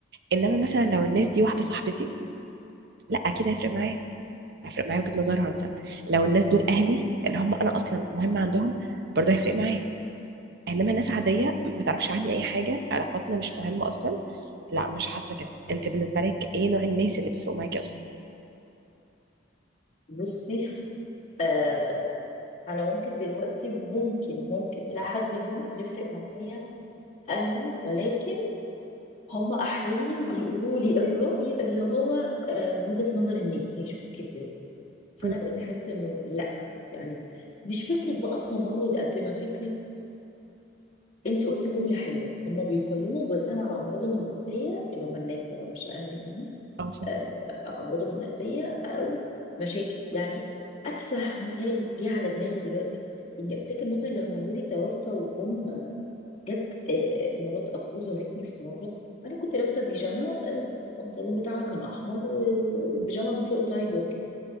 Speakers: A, on the right (about 60°); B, on the left (about 35°).
A: انما مثلا لو الناس دي واحده صاحبتي لا اكيد هيفرق معايا هيفرق معايا وجهة نظرها مثلا لو الناس دول اهلي اللي هم انا اصلا مهمه عندهم برضه هيفرق معايا انما ناس عاديه ما تعرفش عني اي حاجه علاقاتنا مش مهمه اصلا لا مش حاسه كده انت بالنسبه لك ايه نوع الناس اللي بيفرقوا معاكي اصلا
B: بصي آه انا ممكن دلوقتي ممكن ممكن الى حد ما يفرق معايا اهلي ولكن هم احيانا بيقولوا لي الرأي اللي هو آه من وجهة نظر الناس هيشوفك ازاي فانا
A: مم.
B: بقيت احس انه لا يعني مش فكره بقى تمرد قد ما فكره انت قلتي جمله حلوه هم بيقيموا بناء على امراضهم النفسيه اللي هم الناس طبعا مش اهل يعني
A: اه
B: آه، امراضهم النفسيه او مشاكل يعني اتفه مثال جه على دماغي دلوقتي اني افتكر مثلا لما جوزي توفى وجم جت آه، مرات اخوه زارتني في مره انا كنت لابسه بيجامه آه، البنطلون بتاعها كان احمر والبيجامه من فوق تايجر كده